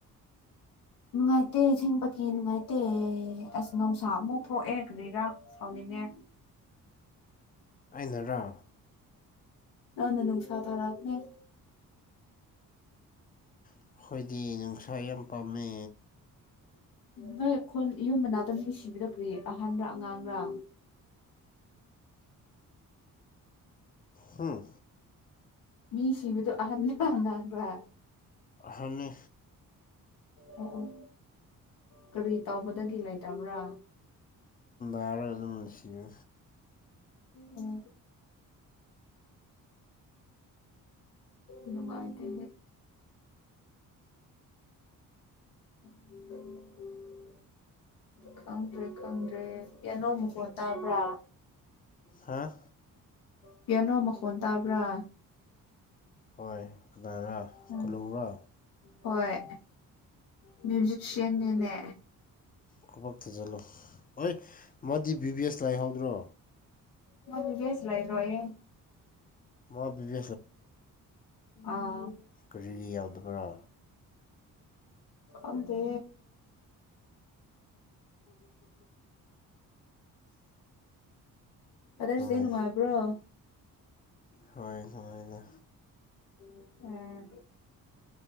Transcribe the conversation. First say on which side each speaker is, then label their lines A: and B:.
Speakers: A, on the left; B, on the left.
A: ꯅꯨꯡꯉꯥꯏꯇꯦ ꯊꯦꯡ ꯀꯤ ꯅꯨꯡꯉꯥꯏꯇꯦ ꯑꯁ ꯅꯨꯡꯁꯥ ꯑꯃꯐꯥꯎ ꯊꯣꯛꯑꯦ ꯀꯔꯤꯔꯥ ꯁꯥꯎꯅꯤꯡꯉꯦ
B: ꯑꯩꯅꯔꯣ
A: ꯅꯪꯅ ꯅꯨꯡꯁꯥ ꯊꯥꯔꯛꯑꯕꯅꯦ
B: ꯑꯩꯈꯣꯏꯗꯤ ꯅꯨꯡꯁꯥ ꯌꯥꯝ ꯄꯥꯝꯃꯦ
A: ꯅꯣꯏ ꯑꯩꯈꯣꯏ ꯌꯨꯝ ꯃꯅꯥꯛꯇ ꯅꯨꯡ ꯁꯤꯕꯤꯔꯛ꯭ꯔꯤ ꯑꯍꯥꯟꯕꯥ ꯑꯉꯥꯡꯔꯥ
B: ꯍꯥꯥ
A: ꯃꯤ ꯁꯤꯕꯗꯣ ꯑꯍꯟꯥꯟꯕꯍꯟꯥꯟꯕ꯭ꯔ
B: ꯍꯥꯏ
A: ꯑꯣ ꯑꯣ ꯀꯔꯤ ꯇꯥꯎꯧꯕꯗꯒꯤ ꯂꯩꯇꯕ꯭ꯔꯥ
B: ꯥꯔꯒꯩꯅ ꯃꯅꯤꯁꯤꯦ
A: ꯑꯣ ꯅꯨꯡꯉꯥꯏꯇ <inaudible> ꯈꯪꯗ꯭ꯔꯦ ꯈꯪꯗ꯭ꯔꯦ <unintelligible> ꯇꯥꯕ꯭ꯔꯥ
B: ꯍꯥꯥ
A: ꯄꯤꯌꯥꯅꯣ ꯃꯈꯣꯟ ꯇꯥꯕ꯭ꯔꯥ
B: ꯍꯣꯏ ꯀꯅꯥꯔ
A: ꯎꯝ
B: ꯀꯂꯨꯡꯔꯥ
A: ꯍꯣꯏ ꯃ꯭ꯌꯨꯖꯤꯁꯤꯌꯟ ꯅꯤꯅꯦ
B: ꯈꯨꯕꯛ ꯊꯖꯤꯜꯂꯣ ꯍꯣꯏ ꯃꯥꯗꯤ ꯕꯤ ꯕꯤ ꯑꯦꯁ ꯂꯥꯏꯍꯧꯗ꯭ꯔꯣ
A: ꯃꯥ ꯕꯤꯕꯤ ꯑꯦꯁ ꯂꯩꯔꯣꯏꯌꯦ
B: ꯃꯥ ꯕꯤ ꯕꯤ
A: ꯑꯥ
B: ꯀꯔꯤ ꯕꯥꯔ
A: ꯈꯪꯗꯦ ꯐꯗꯔ꯭ꯁ
B: ꯅꯨꯡꯉꯥꯏ
A: ꯗꯦ ꯅꯨꯡꯉꯥꯏꯕ꯭ꯔꯣ
B: ꯍꯣꯏ ꯅꯨꯉꯥꯏꯅꯥ
A: ꯎꯝ